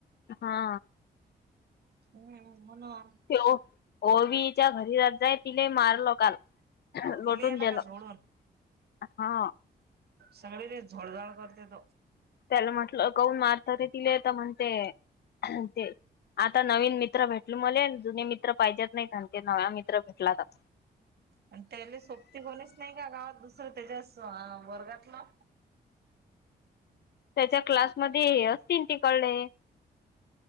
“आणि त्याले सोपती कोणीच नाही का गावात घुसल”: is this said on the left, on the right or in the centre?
Right